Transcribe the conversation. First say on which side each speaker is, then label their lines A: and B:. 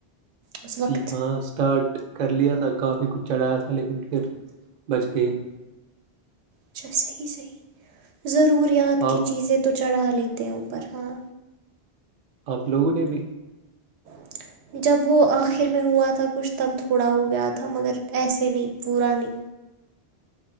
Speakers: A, on the right; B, on the right.
A: اس
B: جی
A: وقت
B: ہاں اسٹارٹ کر لیا تھا کافی کچھ چڑھایا تھا لیکن پھر بچ گئے
A: اچھا صحیح صحیح ضروریات کی
B: آپ
A: چیزیں تو چڑھا لیتے ہیں اوپر ہاں
B: آپ لوگوں نے بھی
A: <inaudible> جب وہ آخر میں ہوا تھا کچھ تب تھوڑا ہو گیا تھا مگر ایسے نہیں پورا نہیں